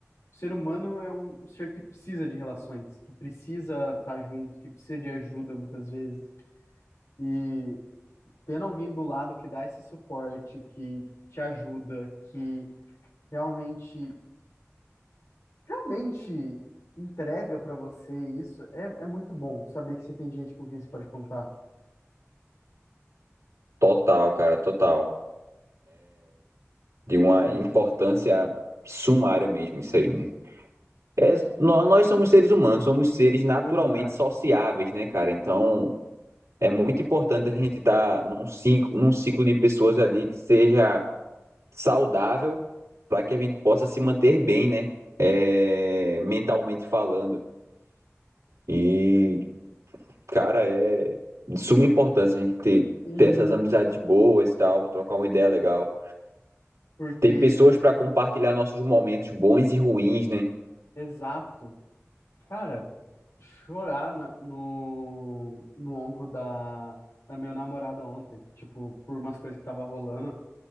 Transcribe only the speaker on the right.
Total, cara, total. De uma importância sumária mesmo, isso aí, né? É, nó- nós somos seres humanos, somos seres naturalmente
sociáveis, né, cara? Então, é muito importante a gente estar num ciclo, num ciclo de pessoas ali que seja saudável para que a gente possa se manter bem, né? É, mentalmente falando. E, cara, é de suma importância a gente ter,
ter essas amizades boas e tal, trocar uma ideia legal.
Ter pessoas para compartilhar nossos momentos bons e ruins, né?